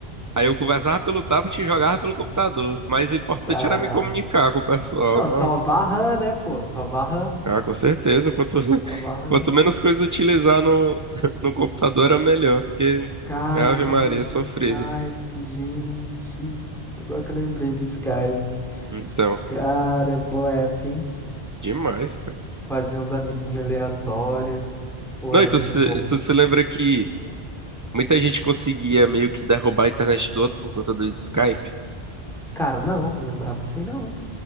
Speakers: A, on the right (about 20°); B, in the centre.
A: Aí eu conversava pelo tablet e jogava pelo computador. Mas o importante
B: Caraca.
A: era me comunicar com o pessoal.
B: Não,
A: Nossa.
B: salvar RAM, né, pô? Salvar RAM.
A: Ah, com certeza. Quanto, <laughs>
B: Salvar RAM.
A: quanto menos coisa utilizar no, <laughs> no computador, era melhor. Porque
B: Cara,
A: Ave
B: famoso
A: Maria, sofrido.
B: Skype, gente. Agora que eu lembrei do Skype.
A: Então,
B: Cara, é boa época, hein?
A: demais, cara.
B: Fazia uns amiguinhos aleatórios. Pô,
A: Não,
B: era
A: e tu
B: muito
A: se,
B: bom.
A: tu se lembra que muita gente conseguia meio que derrubar a internet do outro por conta do Skype?
B: Cara, não, não lembrava disso aí, não.